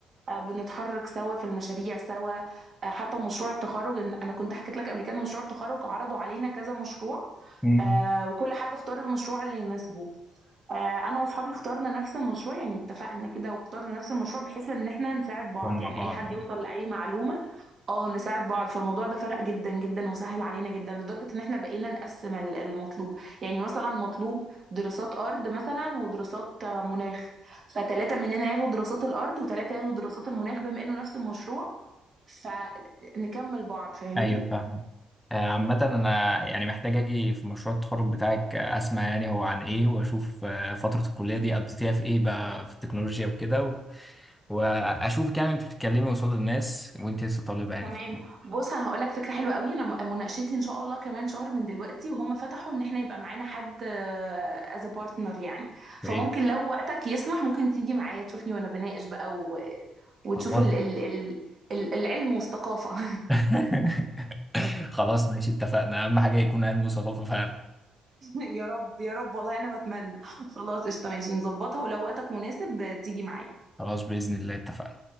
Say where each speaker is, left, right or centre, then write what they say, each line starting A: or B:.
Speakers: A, on the right (about 45°); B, in the centre.
A: آه، بنتحرك سوا في المشاريع سوا آه، حتى مشروع التخرج إن- انا كنت حكيت لك قبل كده مشروع التخرج عرضوا علينا كذا مشروع
B: امم
A: آه، وكل حد اختار المشروع اللي يناسبه آه، انا واصحابي اخترنا نفس المشروع يعني اتفقنا كده واخترنا نفس المشروع بحيث ان احنا نساعد بعض
B: ومع
A: يعني
B: بعض
A: اي حد
B: أه
A: يوصل لاي معلومة اه نساعد بعض فالموضوع ده فرق جدا جدا وسهل علينا جدا لدرجة ان احنا بقينا نقسم ال- المطلوب يعني مثلا مطلوب دراسات ارض مثلا ودراسات آه، مناخ فتلاتة مننا ياخدوا دراسات الارض وتلاتة ياخدوا دراسات المناخ بما انه نفس المشروع فنكمل بعض فاهمني
B: أيوه فاهم آه، عامة أنا يعني محتاج أجي في مشروع التخرج بتاعك آه، أسمع يعني هو عن إيه وأشوف آه، فترة الكلية دي قضيتيها في إيه بقى في التكنولوجيا وكده و- وأشوفك يعني أنت بتتكلمي قصاد الناس وأنت لسه طالبة يعني
A: تمام
B: في
A: بص انا هقول لك فكره حلوه قوي انا م- مناقشتي ان شاء الله كمان شهر من دلوقتي وهم فتحوا ان احنا يبقى معانا حد از بارتنر يعني
B: في
A: فممكن
B: إيه
A: لو وقتك يسمح ممكن تيجي معايا تشوفني وانا بناقش بقى و... وتشوف
B: خلاص
A: ال... ال... ال... ال- العلم والثقافه <laughs>
B: <laughs> خلاص ماشي اتفقنا اهم حاجة يكون علم وثقافة فعلا
A: يا رب يا رب والله انا بتمنى خلاص قشطه ماشي نظبطها ولو وقتك مناسب آه، تيجي معايا
B: خلاص بإذن الله اتفقنا